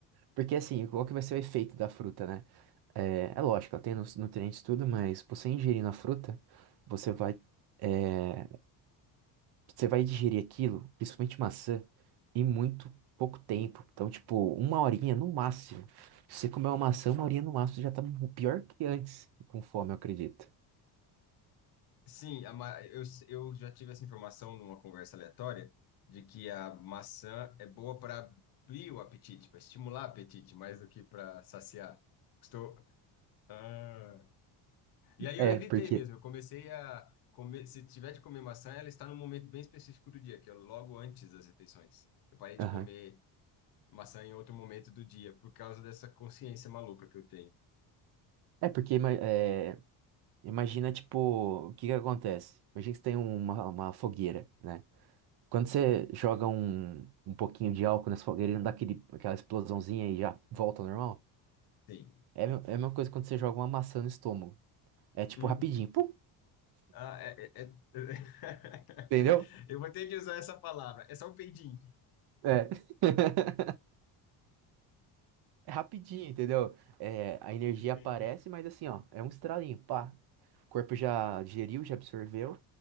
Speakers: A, on the right; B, on the left.
A: Porque assim, qual que vai ser o efeito da fruta, né? É, é lógico, ela tem nu- nutrientes e tudo, mas você ingerindo a fruta, você vai, é, Você vai digerir aquilo, principalmente maçã, em muito pouco tempo. Então, tipo, uma horinha no máximo. Se você comer uma maçã, uma horinha no máximo, você já tá mu- pior que antes, com fome, eu acredito.
B: Sim, a ma- eu, eu já tive essa informação numa conversa aleatória de que a maçã é boa para abrir o apetite, para estimular o apetite, mais do que para saciar. Estou. Ah. E aí
A: É,
B: eu evitei
A: porque.
B: mesmo. Eu comecei a comer. Se tiver de comer maçã, ela está num momento bem específico do dia, que é logo antes das refeições. Eu parei de
A: Aham.
B: comer maçã em outro momento do dia, por causa dessa consciência maluca que eu tenho.
A: É, porque ima- é, imagina, tipo, o que que acontece? Imagina que você tem uma, uma fogueira, né? Quando você joga um, um pouquinho de álcool nessa fogueira, ele não dá aquele, aquela explosãozinha e já volta ao normal?
B: Sim.
A: É, a me- é a mesma coisa quando você joga uma maçã no estômago. É tipo
B: Hum.
A: rapidinho, pum,
B: Ah, é, é- é- <laughs>
A: entendeu?
B: Eu vou ter de usar essa palavra. É só um peidinho.
A: É. <laughs> É rapidinho, entendeu? É, a
B: <laughs>
A: energia aparece, mas assim, ó, é um estralinho, pá. O corpo já digeriu, já absorveu.